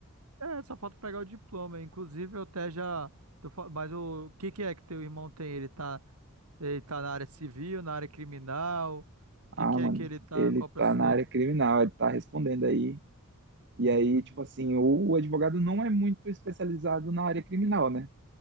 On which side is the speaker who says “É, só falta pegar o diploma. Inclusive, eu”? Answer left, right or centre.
Right